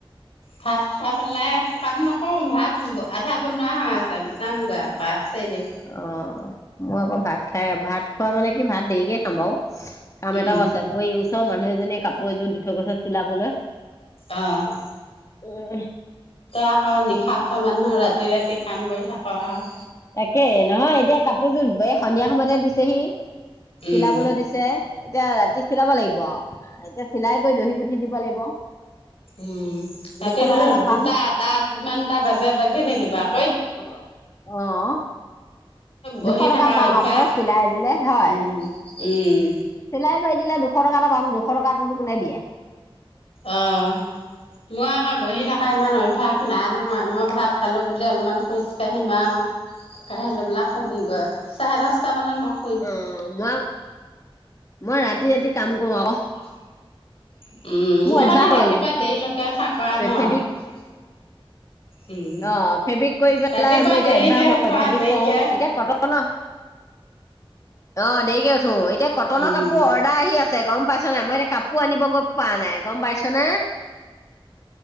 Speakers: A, on the left; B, on the left.
A: ভাত খাই পেলাই কাম নকৰোঁ, ভাত আধা বনোৱা হৈ আছে বনামগৈ আকৌ আছেই।
B: অ', মই আকৌ ভাত খাই ভাত খোৱা মানে কি ভাত দেৰিকে খাম বাৰু। কাম
A: উম
B: এটাও আছে বই ওচৰ মানুহ এজনীয়ে কাপোৰ এযোৰ দি থৈ গৈছে চিলাবলৈ।
A: অ'।
B: উম।
A: তই আকৌ নিশাচৰ মানুহ ৰাতি ৰাতি কাম কৰি থাকা আৰু।
B: তাকে নহয়, এতিয়া কাপোৰযোৰ ব সন্ধিয়া সময়হে দিছেহি
A: উম
B: চিলাবলৈ দিছে। এতিয়া ৰাতি চিলাব লাগিব আৰু এতিয়া চিলাই কৰি দহি গুঠি দিব লাগিব।
A: উম, ৰাতি
B: দুশ টকা এটা পাম
A: দুটা এটা যিমানটা বাজে বাজি থাকিব আকৌ।
B: অ', আহ।
A: বহি
B: দুশ
A: থকা
B: টকা পাম
A: অভ্যাস
B: আকৌ চিলাই দিলে হয়।
A: উম উম
B: চিলাই কৰি দিলে দুশ টকা এটা পাম, দুশ টকাটো কোনে দিয়ে।
A: অ'। মই আকৌ বহি থকা ইমান অভ্য়াস নাই নহয়, মই ভাত খালো বুলি অলপমান খোজ কাঢ়িম আৰু। খোজ কাঢ়ি লৈ পেলাই শুমগৈ, চাৰে দহটামানত মোক
B: অ', মই মই ৰাতি ৰাতি কাম কৰো আকৌ।
A: উম, সেইকাৰণে
B: মোৰ অভ্যাস
A: ৰাতিপুৱা
B: হ'ল
A: দেৰিলৈকে থাকা ন'!
B: ফেব্ৰিক
A: উম
B: অ', ফেব্ৰিক কৰি পেলাই
A: ৰাতিপুৱা
B: মোৰ এতিয়া
A: দেৰিতে
B: অভ্যাস
A: উঠোৱা
B: হ'ল, ফেব্ৰিক
A: দেৰিকে
B: কৰোঁ, এতিয়া কটন অ', দেৰিকে উঠো এতিয়া কটনৰ
A: উম
B: কাপোৰ অৰ্ডাৰ আহি আছে আছে গ'ম পাইছ নাই মই এতিয়া কাপোৰ আনিব গৈ পাৰা নাই গ'ম পাইছনে?